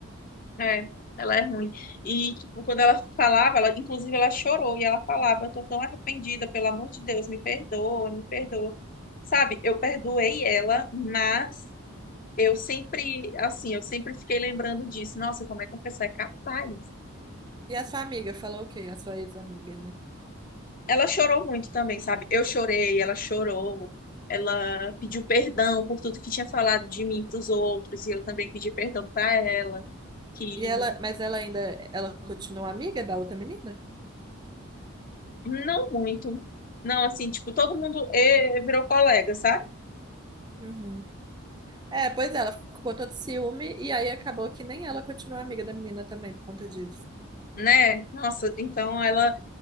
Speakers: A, on the left (about 40°); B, on the right (about 20°).
A: É, ela é ruim. E, tipo, quando ela falava, ela, inclusive ela chorou e ela falava, eu tô tão arrependida, pelo amor de Deus, me perdoa, me perdoa. Sabe, eu perdoei ela, mas eu sempre, assim, eu sempre fiquei lembrando disso. Nossa, como é que uma pessoa é capaz?
B: E a sua amiga falou o quê? A sua ex-amiga, né?
A: Ela chorou muito também, sabe? Eu chorei, ela chorou. Ela pediu perdão por tudo que tinha falado de mim para os outros, e eu também pedi perdão para ela. Que
B: E ela, mas ela ainda, ela continua amiga da outra menina?
A: Não muito. Não, assim, tipo, todo mundo eh, virou colega, sabe?
B: Uhum. É, pois é, ela ficou com todo ciúme e aí acabou que nem ela continua amiga da menina também por conta disso.
A: Né? Nossa, então ela,